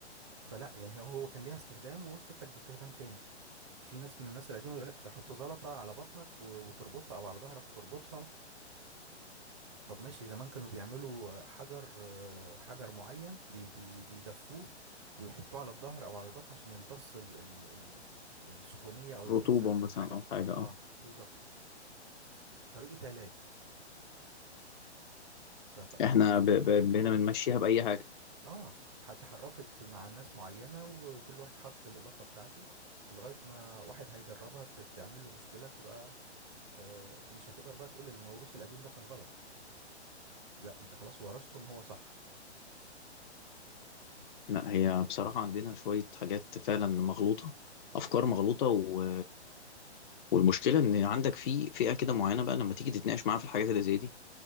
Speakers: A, on the right; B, on the left.
A: فلا يعني هو هو كان ليها استخدام ووصلت لك باستخدام تاني في ناس من الناس القديمه يقول لك حط زلطه على بطنك و- وتربطها او على ظهرك وتربطها طب ماشي زمان كانوا بيعملوا آه، حجر آه، حجر معين بي بي بيدفوه ويحطوه على الظهر او على البطن عشان يمتص ال ال ال السخونيه او يمتص
B: رطوبه
A: ال-
B: مثلا
A: الحاجه
B: او حاجه
A: اه
B: اه
A: بالظبط طريقه علاج ف- فاحنا
B: احنا
A: وصلت
B: ب- ب-
A: لنا بشكل
B: بقينا
A: غلط
B: بنمشيها بأي حاجة
A: اه اتحرفت مع ناس معينة و- وكل واحد حط الإضافة بتاعته لغاية ما واحد هيجربها ت- تعمل له مشكلة تبقى آه، مش هتقدر بقى تقول الموروث القديم ده كان غلط لا انت خلاص ورثته ان هو صح فدي
B: لا هي
A: م-
B: بصراحة عندنا شوية حاجات فعلا مغلوطة
A: اه
B: أفكار مغلوطة و... والمشكلة إن عندك في فئة كده معينة بقى لما تيجي تتناقش معاها في الحاجات اللي زي دي